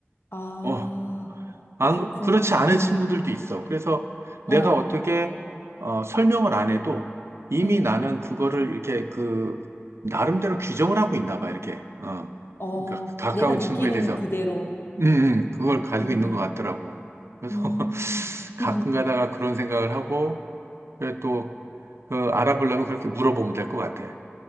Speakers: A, on the left; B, on the right.
A: 아,
B: 어, 안,
A: 그렇구나.
B: 그렇지 않은
A: 응,
B: 친구들도 있어. 그래서 내가
A: 어,
B: 어떻게, 어, 설명을 안 해도 이미
A: 응.
B: 나는 그거를 이렇게 그, 나름대로 규정을 하고 있나 봐, 이렇게. 어.
A: 어,
B: 그러니까 가까운
A: 내가 느끼는
B: 친구에 대해서
A: 그대로.
B: 음, 음, 그걸 가지고
A: 응,
B: 있는 것 같더라고. 그래서
A: 응.
B: <laughs>
A: 음.
B: 가끔
A: <laughs>
B: 가다가 그런 생각을 하고, 그래 또, 그 알아보려면 그렇게 물어보면 될 것 같아.